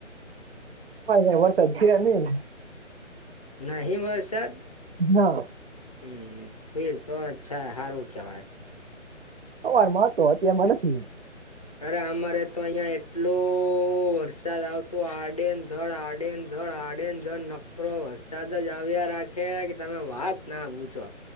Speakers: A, on the right; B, on the left.
A: અમાર તો અહીં વરસાદ છે નઈ.
B: નહીં વરસાદ?
A: ના
B: હમ, ફિર તો અચ્છા, હારું કેવાય.
A: સવારમાં હતો, અત્યારમાં નથી.
B: અરે અમારે તો અહિયાં એટલો ઓ વરસાદ આવતો આડેન ધડ આડેન ધડ આડેન ધડ નકરો વરસાદ જ આવ્યા રાખે કે તમે વાત ના પૂછો.